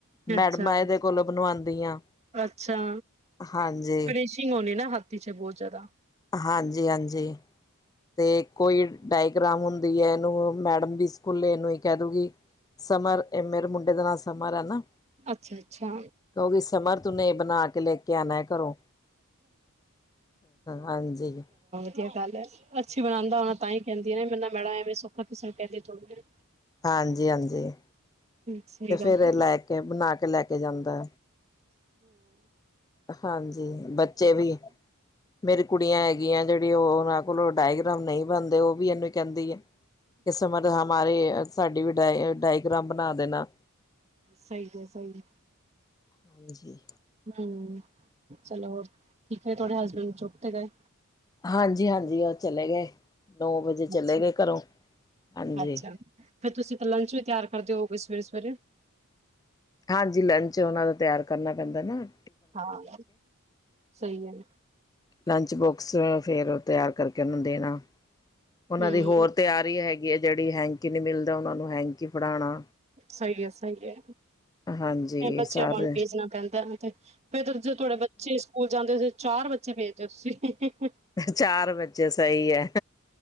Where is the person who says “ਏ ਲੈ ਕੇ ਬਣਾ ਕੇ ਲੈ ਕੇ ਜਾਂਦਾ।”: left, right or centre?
Left